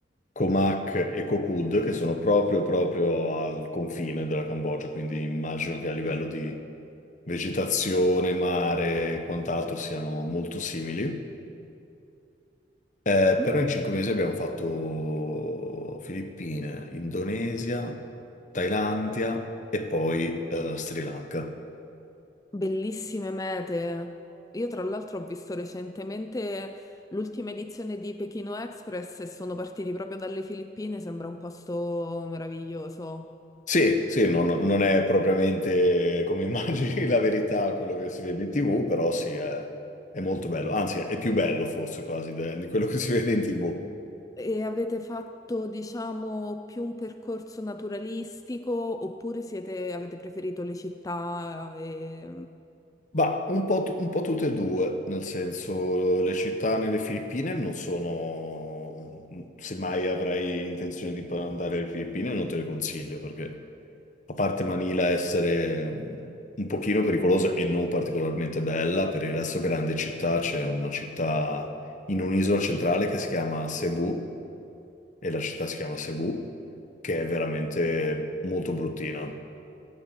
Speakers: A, on the left; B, on the left.
A: Comac e Kokud, che sono proprio, proprio al confine della Cambogia, quindi immagino che a livello di vegetazione, mare e quant'altro siano molto simili. Eh,
B: Mm,
A: però in cinque mesi abbiamo fatto Filippine, Indonesia, Thailandia e poi eh, Sri Lanka.
B: Bellissime mete. Io tra l'altro ho visto recentemente l'ultima edizione di Pechino Express e sono partiti proprio dalle Filippine, sembra un posto meraviglioso.
A: Sì, sì, non, non è propriamente come <laughs> immagini la verità quello che si vede in TV, però sì, è, è molto bello, anzi è più bello forse quasi de- di quello che si vede in TV.
B: E avete fatto, diciamo, più un percorso naturalistico oppure siete- avete preferito le città? E...
A: Ma un po', t- un po' tutte e due, nel senso le città nelle Filippine non sono, se mai avrei intenzione di andare alle Filippine non te le consiglio perché a parte Manila essere un pochino pericolosa e non particolarmente bella, per il resto grande città, c'è una città in un'isola centrale che si chiama Cebu, e la città si chiama Cebu, che è veramente molto bruttina,